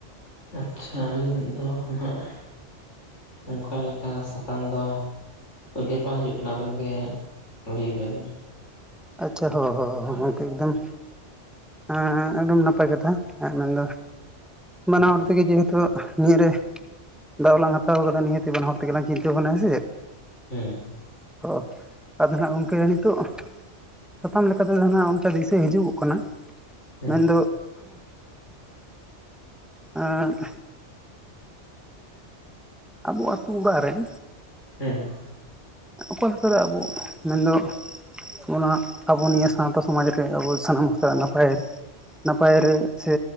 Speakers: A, on the left (about 90°); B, in the centre.
A: ᱟᱪᱪᱷᱟ ᱟᱹᱞᱤᱧ ᱫᱚ ᱱᱟᱦᱟᱸᱜ ᱚᱱᱠᱟ ᱞᱮᱠᱟ ᱥᱟᱛᱟᱢ ᱫᱚ ᱩᱭᱦᱟᱹᱨ ᱵᱟᱝ ᱦᱤᱡᱩᱜ ᱠᱟᱱᱟ ᱟᱵᱮᱱ ᱜᱮ ᱞᱟᱹᱭ ᱵᱮᱱ᱾
B: ᱟᱪᱪᱷᱟ ᱦᱚ ᱦᱚ ᱦᱚ
A: ᱦᱮᱸ
B: ᱦᱚ ᱦᱚᱸ ᱜᱚᱝᱠᱮ ᱮᱠᱫᱚᱢ ᱮᱸ ᱮᱠᱫᱚᱢ ᱱᱟᱯᱟᱭ ᱠᱟᱛᱷᱟ ᱮᱸᱜ ᱢᱮᱱ ᱫᱚ ᱵᱟᱱᱟ ᱦᱚᱲ ᱛᱮᱜᱮ ᱡᱮ ᱦᱮᱛᱩ ᱱᱤᱭᱟᱹ ᱨᱮ ᱫᱟᱣ ᱞᱟᱝ ᱦᱟᱛᱟᱣ ᱠᱟᱫᱟ ᱱᱤᱦᱟᱹᱛᱤ ᱵᱟᱱᱟ ᱦᱚᱲ ᱛᱮᱜᱮ ᱞᱟᱝ ᱪᱤᱱᱛᱟᱹ ᱵᱷᱟᱵᱽᱱᱟᱭᱟ ᱥᱮ ᱪᱮᱜ᱾
A: ᱦᱩᱸ ᱦᱩᱸ᱾
B: ᱚ ᱟᱫᱚ ᱱᱟᱦᱟᱸᱜ ᱜᱚᱝᱠᱮ ᱱᱤᱛᱚᱜ ᱥᱟᱛᱟᱢ ᱞᱮᱠᱟ ᱛᱮᱫᱚ ᱱᱟᱦᱸᱟᱜ ᱚᱱᱠᱟ ᱫᱤᱥᱟᱹ ᱦᱤᱡᱩᱜᱚᱜ ᱠᱟᱱᱟ,
A: ᱦᱮᱸ
B: ᱢᱮᱱ ᱫᱚ ᱮᱸᱫ ᱟᱵᱚ ᱟᱛᱩ ᱚᱲᱟᱜ ᱨᱮᱱ
A: ᱦᱩᱸ ᱦᱩᱸ᱾
B: ᱚᱠᱚᱭ ᱦᱚᱛᱮ ᱛᱮ ᱟᱵᱩ ᱢᱮᱱ ᱫᱚ ᱚᱱᱟ ᱟᱵᱚ ᱱᱤᱭᱟᱹ ᱥᱟᱶᱛᱟ ᱥᱚᱢᱟᱡᱽ ᱨᱮ ᱟᱵᱚ ᱥᱟᱱᱟᱢ ᱦᱚᱲ ᱱᱟᱯᱟᱭ ᱱᱟᱯᱟᱭ ᱨᱮ ᱥᱮ